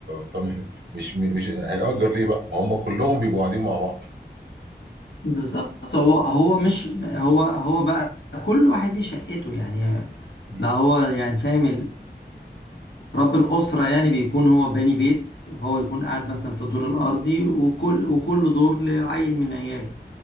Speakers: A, on the right (about 80°); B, on the left (about 80°).
A: فمش مش مش هيأجر ليه بقى ما هم كلهم بيبقوا قاعدين مع بعض
B: بالظبط هو هو مش هو هو بقى كل واحد ليه شقته يعني
A: مم.
B: بقى هو يعني فاهم رب الأسرة يعني بيكون هو باني بيت هو يكون قاعد مثلا في الدور الأرضي وكل وكل دور لعيل من عياله